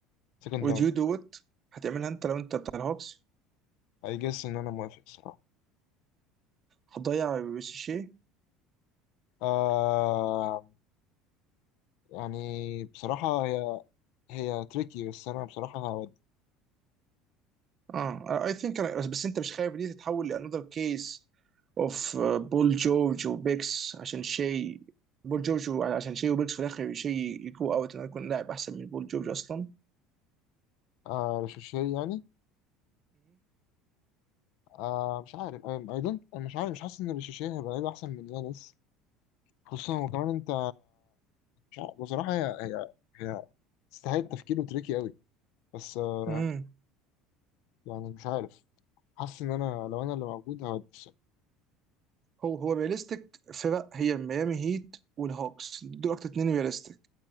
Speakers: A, on the left (about 70°); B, on the right (about 30°).
A: سكند
B: would
A: راوند
B: you do it هتعملها انت لو انت بتاع الهوكس
A: اي جس ان انا موافق الصراحة
B: هتضيع ريشيشي
A: آه يعني بصراحة هي هي تريكي بس انا بصراحة هودي
B: اه اي ثينك بس بس انت مش خايف دي تتحول لانذر كيس اوف بول جورج وبيكس عشان شيء بول جورج و- عشان شيء وبيكس في الاخر شيء يجو اوت انه يكون لاعب احسن من بول جورج اصلا
A: آه رشاشية يعني آه مش عارف اي دونت انا مش عارف مش حاسس ان رشاشية هيبقى لعيب احسن من يانس خصوصا وكمان انت مش عارف بصراحة هي هي هي تستاهل تفكير وتريكي قوي بس آه
B: امم
A: يعني مش عارف حاسس ان انا لو انا اللي موجود هودي الصراحة.
B: هو هو رياليستيك فرق هي ميامي هيت والهوكس دول اكتر اتنين رياليستيك